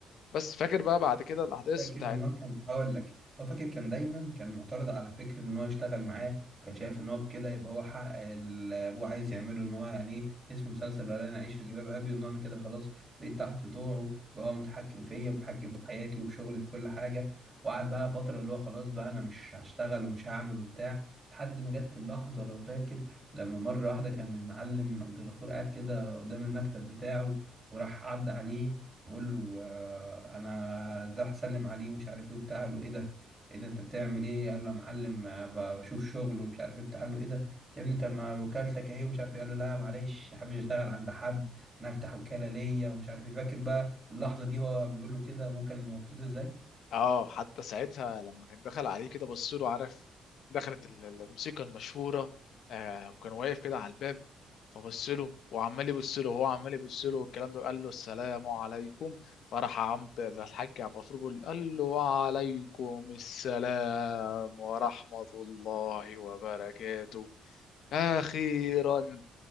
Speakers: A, on the left (about 75°); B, on the right (about 20°).
A: بس فاكر بقى بعد كده الاحداث
B: فاكر
A: بتاعت
B: ان هو كان هقول لك هو فاكر كان دايما كان معترض على فكره ان هو يشتغل معاه وكان شايف ان هو بكده يبقى هو حقق اللي ابوه عايز يعمله ان هو يعني ايه اسم مسلسل ولا انا اعيش في جلباب ابي ان انا كده خلاص بقيت تحت طوعه بقى هو متحكم فيا متحكم في حياتي وفي شغلي في كل حاجه وقعد بقى فتره اللي هو خلاص بقى انا مش هشتغل ومش هعمل وبتاع لحد ما جت اللحظه لو فاكر لما مره واحده كان المعلم عبد الغفور قاعد كده قدام المكتب بتاعه وراح عدى عليه بقول له آه، انا ده هسلم عليه ومش عارف ايه وبتاع قال له ايه ده ايه ده انت بتعمل ايه قال له يا معلم آه، ب- بشوف شغل ومش عارف ايه بتاع قال له ايه ده يا ابني انت ما وكالتك اهي ومش عارف ايه قال له لا معلش ما حابش اشتغل عند حد انا هفتح وكالة ليا ومش عارف ايه فاكر بقى اللحظة دي وهو بيقول له كده ابوه كان مبسوط ازاي
A: اه حتى ساعتها لما كان دخل عليه كده بص له عارف دخلت ال- ال- الموسيقى المشهوره آه وكان واقف كده على الباب فبص له وعمال يبص له وهو عمال يبص له والكلام ده قال له السلام عليكم فراح عمد الحاج عبد الغفور بيقول قال له وعليكم السلام ورحمه الله وبركاته اخيرا